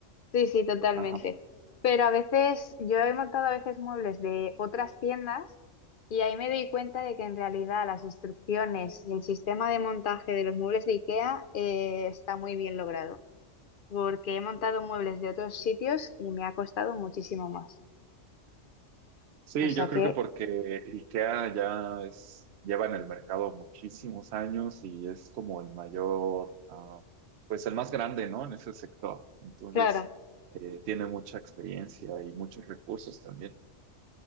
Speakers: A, on the left (about 55°); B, on the right (about 65°).
A: Sí, sí, totalmente.
B: Ajá.
A: Pero a veces, yo he montado a veces muebles de otras tiendas y ahí me doy cuenta de que en realidad las instrucciones y el sistema de montaje de los muebles de IKEA eh, está muy bien logrado. porque he montado muebles de otros sitios y me ha costado muchísimo más.
B: Sí,
A: O sea
B: yo creo
A: que,
B: que porque IKEA ya es, lleva en el mercado muchísimos años y es como el mayor, ah, pues el más grande, ¿no? En ese sector. Entonces,
A: claro,
B: eh, tiene mucha experiencia y muchos recursos también.